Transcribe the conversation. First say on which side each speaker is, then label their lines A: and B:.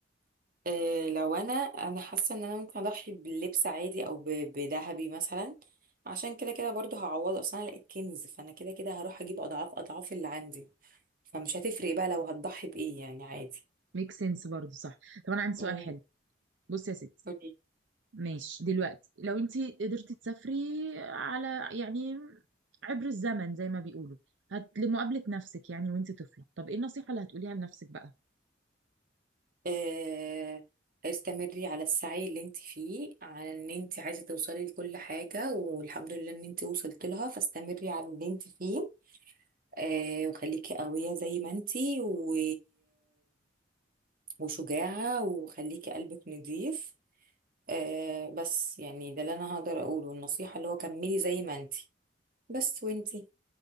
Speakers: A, on the right; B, on the right.
A: آه، لو انا انا حاسه ان انا ممكن اضحي بلبس عادي او ب- بذهبي مثلا عشان كده كده برضو هعوض اصلا انا لقيت كنز فانا كده كده هروح اجيب اضعاف اضعاف اللي عندي فمش هتفرق بقى لو هتضحي بايه يعني عادي
B: ميك سنس برضه صح طب انا عندي سؤال
A: مم.
B: حلو بصي يا ستي
A: قولي.
B: ماشي دلوقتي لو انت قدرتي تسافري على يعني عبر الزمن زي ما بيقولوا هت... لمقابلة نفسك يعني وانت طفلة طب ايه النصيحة اللي هتقوليها لنفسك بقى
A: آه، استمري على السعي اللي انت فيه على ان انت عايزه توصلي لكل حاجه والحمد لله ان انت وصلت لها فاستمري على اللي انت فيه آه، وخليكي قويه زي ما انت و وشجاعة وخليكي قلبك نضيف آه بس يعني ده اللي انا هقدر اقوله النصيحة اللي هو كملي زي ما انتي بس وانتي